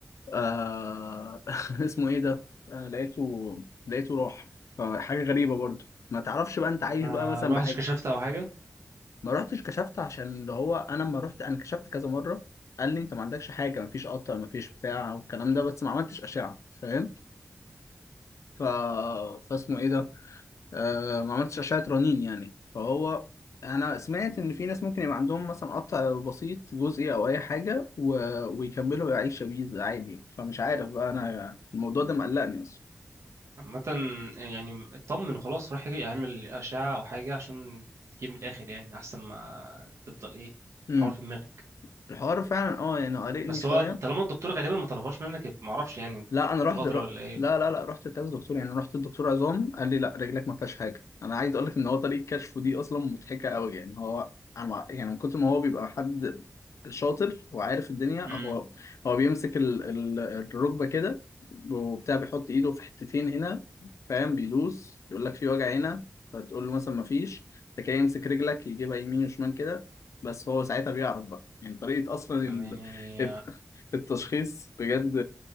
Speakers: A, on the left; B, on the right.
A: آه... <laughs> اسمه إيه ده؟ آه... لقيته لقيته راح فحاجة غريبة برضه ما تعرفش بقى أنت عايش
B: ما
A: بقى مثلا
B: روحتش
A: بحاجة
B: كشفت او حاجه
A: ما رحتش كشفت عشان اللي هو انا لما رحت انا كشفت كذا مره قال لي انت ما عندكش حاجه ما فيش قطع ما فيش بتاع والكلام ده بس ما عملتش اشعه فاهم ف فاسمه ايه ده آه ما عملتش اشعه رنين يعني فهو انا سمعت ان في ناس ممكن يبقى عندهم مثلا قطع بسيط جزئي او اي حاجه و... ويكملوا يعيشوا بيه عادي يعني. فمش عارف بقى انا الموضوع ده مقلقني اصلا
B: عامة يعني اطمن وخلاص روح يعمل أشعة أو حاجة عشان تجيب من الآخر يعني أحسن ما تفضل إيه
A: امم
B: حوار في دماغك
A: الحوار فعلا اه يعني قلقني
B: بس
A: شويه
B: هو طالما الدكتور غالبا ما طلبهاش منك يبقى معرفش يعني
A: لا انا
B: الدكتور
A: رحت
B: أدرى
A: الر-
B: ولا إيه
A: لا لا لا رحت كذا دكتور يعني رحت الدكتور عظام قال لي لا رجلك ما فيهاش حاجه انا عايز اقول لك ان هو طريقه كشفه دي اصلا مضحكه قوي يعني هو انا مع- يعني من كتر ما هو بيبقى حد شاطر وعارف الدنيا
B: امم
A: هو هو بيمسك ال... ال... الركبه كده وبتاع بيحط ايده في حتتين هنا فاهم بيدوس يقول لك في وجع هنا فتقول له مثلا ما فيش تكاي يمسك رجلك يجيبها يمين وشمال كده بس هو ساعتها بيعرف بقى يعني طريقه اصلا
B: يعني
A: ال... الت- التشخيص بجد